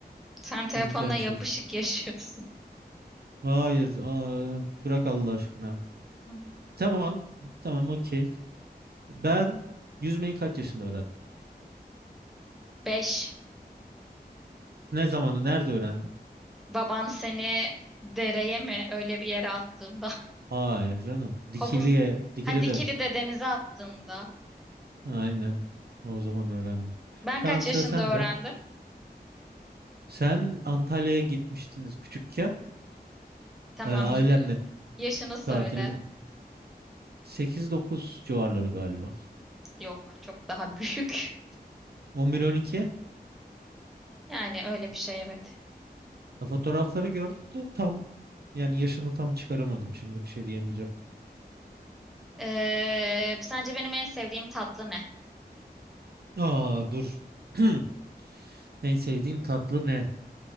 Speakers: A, in the centre; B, on the right.
A: Sen telefonla
B: İmkansız.
A: yapışık yaşıyorsun.
B: Hayır, aa, bırak Allah aşkına.
A: Hmm.
B: Tamam, tamam, okey. Ben yüzmeyi kaç yaşında öğrendim?
A: Beş.
B: Ne zamanı, nerede öğrendim?
A: Baban seni dereye mi öyle bir yere attığında
B: Hayır canım. Dikili'ye,
A: Havuz,
B: Dikili'de.
A: ha dikili de denize attığında.
B: Aynen. O zaman öğrendim.
A: Ben
B: Tamam
A: kaç
B: sıra
A: yaşında
B: sende.
A: öğrendim?
B: Sen Antalya'ya gitmiştiniz küçükken.
A: Tamam,
B: e, Ailenle
A: y- y- yaşını söyle.
B: tatilde. Sekiz dokuz civarları galiba.
A: Yok, çok daha <laughs> büyük.
B: On bir on iki.
A: Yani öyle bir şey evet.
B: Fotoğrafları gördüm de tam yani yaşını tam çıkaramadım. Şimdi bir şey diyemeyeceğim.
A: Ee, sence benim en sevdiğim tatlı ne?
B: Aa dur. <clears throat> En sevdiğin tatlı ne?